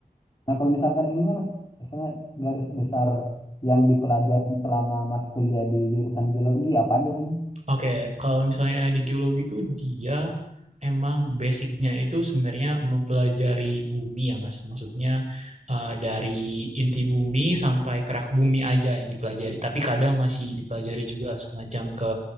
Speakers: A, on the left (about 30°); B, on the right (about 45°).
A: Nah, kalau misalkan ininya, Mas, misalnya garis besar yang dipelajari selama Mas kuliah di jurusan geologi, apa aja sih, Mas?
B: Oke, kalau misalnya di geologi itu dia emang basicnya itu sebenarnya mempelajari bumi ya Mas. Maksudnya eh, dari inti bumi sampai kerak bumi aja yang dipelajari. Tapi kadang masih dipelajari juga semacam ke